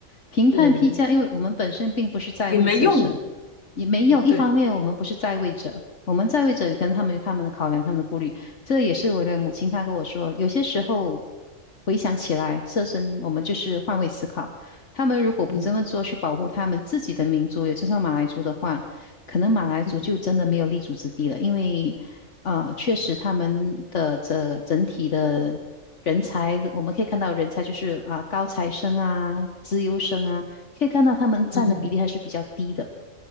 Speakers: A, on the left; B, on the left.
A: 评判批价，
B: 对，
A: 因为我们本身并不是在位者，
B: 也没用。
A: 是也没用。
B: 对，
A: 一方面，我们不是在位者，我们在位者可能他们有他们的考量，他们的顾虑。这也是我的母亲她跟我说，有些时候回想起来，设身我们就是换位思考。他们如果不这么做去保护他们自己的民族，
B: 嗯
A: 也就是马来族的话，可能马来族就真的没有立足之地了，
B: 嗯
A: 因为。啊，确实他们的这整体的人才，我们可以看到人才就是啊高材生啊、资优生啊，可以看到他们占的比例还是比较低的。
B: 嗯，